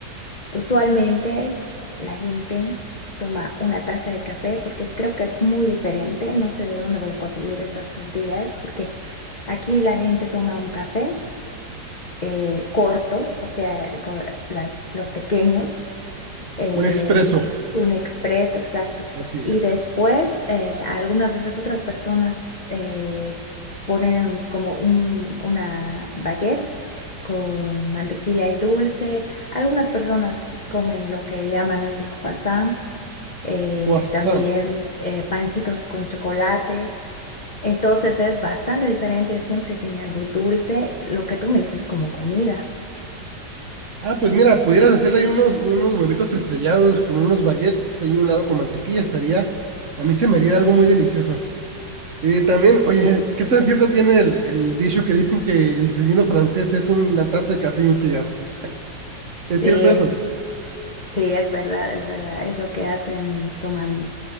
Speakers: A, on the left (about 55°); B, on the right (about 50°).
A: Usualmente la gente toma una taza de café porque creo que es muy diferente. No sé de dónde voy a conseguir estas tortillas porque aquí la gente toma un café eh, corto, o sea, co- las- los pequeños eh,
B: un expreso,
A: un expreso, exacto.
B: así
A: Y
B: es.
A: después, eh, algunas veces otras personas eh, ponen como un, una baguette con mantequilla y dulce. Algunas personas comen lo que llaman ese croissant. eh,
B: Croissant.
A: también eh, pancitos con chocolate. Entonces es bastante diferente, siempre tiene algo dulce, lo que tú me dices como comida.
B: Ah, pues mira, pudieras hacerle ahí unos, unos huevitos estrellados con unos baguettes ahí un lado con mantequilla, estaría, a mí se me haría algo muy delicioso. Eh, también, oye, ¿qué tan cierto tiene el, el dicho que dicen que el desayuno francés es una taza de café y un cigarro? ¿Es
A: Sí,
B: cierto eso?
A: Sí, es verdad, es verdad. Es lo que hacen, toman,